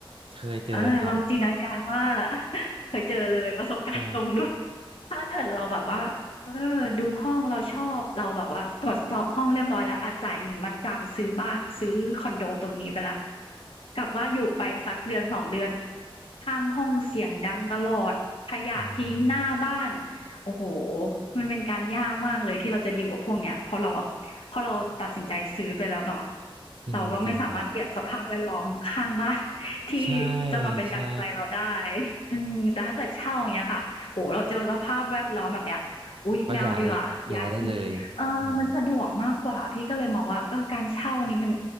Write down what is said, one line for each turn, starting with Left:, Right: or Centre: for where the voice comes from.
Right: เคยเจอครับ
Left: เออลองจินตนาการว่า <laughs> เคยเจอเลยประสบการณ์ตรงด้วย
Right: ใช่
Left: ถ้าเกิดเราแบบว่าเออดูห้องเราชอบเราแบบว่าตรวจสอบห้องเรียบร้อยแล้วอาจ่ายเงินมัดจำซื้อบ้านซื้อคอนโดตรงนี้ไปและกลับว่าอยู่ไปสักเดือนสองเดือนข้างห้องเสียงดังตลอดขยะทิ้งหน้าบ้าน
Right: อ่า
Left: โอ้โหมันเป็นการยากมากเลยที่เราจะดีลกับพวกเนี้ยพอเราแบบพอเราตัดสินใจซื้อไปแล้วเนาะ
Right: จริงจริงครับ
Left: เราก็ไม่สามารถเปลี่ยนสภาพแวดล้อมข้างบ้าน <laughs> ที่จะมาเป็นดั่งใจเราได้
Right: ใช่ใช่
Left: อืมแต่ถ้าเกิดเช่าอย่างเงี้ยค่ะ โอ้เราเจอสภาพแวดล้อมแบบเนี้ยอุ๊ยไม่เอาดีกว่าย้ายที่เออมันสะดวกมากกว่า
Right: ก็ย้ายย้ายได้เลยอ่า
Left: พี่ก็เลยมองว่าเออการเช่านี่มัน